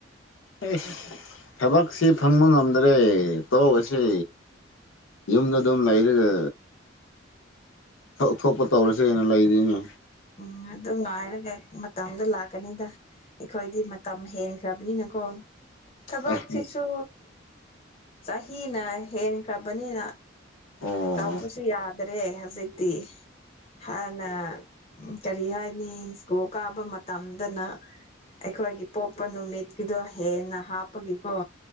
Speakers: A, on the left; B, on the left.
A: ꯑꯩꯁ ꯊꯕꯛꯁꯤ ꯐꯪꯕ ꯉꯝꯗ꯭ꯔꯦ ꯇꯣꯛꯑꯁꯤ ꯌꯨꯝꯗ ꯑꯗꯨꯝ ꯂꯩꯔꯒ ꯊꯣꯛ ꯊꫭꯛꯄ ꯇꯧꯔꯁꯤꯅ ꯂꯩꯔꯤꯅꯦ
B: ꯎꯝ ꯑꯗꯨ ꯉꯥꯏꯔꯒ ꯃꯇꯝꯗꯨ ꯂꯥꯛꯀꯅꯤꯗ ꯑꯩꯈꯣꯏꯗꯤ ꯃꯇꯝ ꯍꯦꯟꯈ꯭ꯔꯕꯅꯤꯅꯀꯣ ꯊꯕꯛꯁꯤꯁꯨ
A: ꯑꯦ
B: ꯆꯍꯤꯅ ꯍꯦꯟꯈ꯭ꯔꯕꯅꯤꯅ
A: ꯑꯣ
B: ꯇꯧꯕꯁꯨ ꯌꯥꯗ꯭ꯔꯦ ꯍꯧꯖꯤꯛꯇꯤ ꯍꯥꯟꯅ ꯎꯝ ꯀꯔꯤ ꯍꯥꯏꯅꯤ ꯏꯁ꯭ꯀꯨꯜ ꯀꯥꯕ ꯃꯇꯝꯗꯅ ꯑꯩꯈꯣꯏꯒꯤ ꯄꯣꯛꯄ ꯅꯨꯃꯤꯠꯀꯤꯗꯣ ꯍꯦꯟꯅ ꯍꯥꯞꯄꯒꯤꯀꯣ